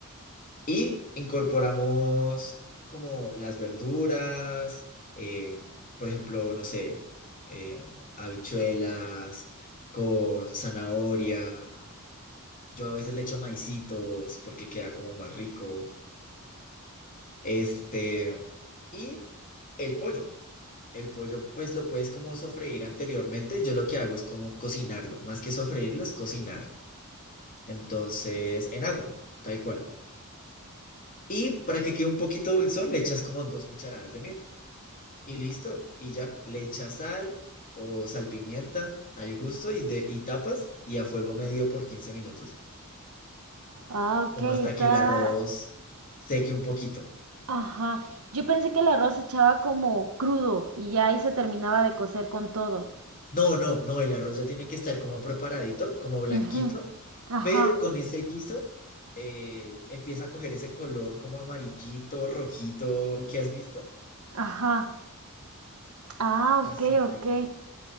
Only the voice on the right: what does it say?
Ah, ok,
está.
Ajá, yo pensé que el arroz se echaba como crudo y ya ahí se terminaba de cocer con todo.
Ujú. Ajá,
ajá. Ah, ok,
ok.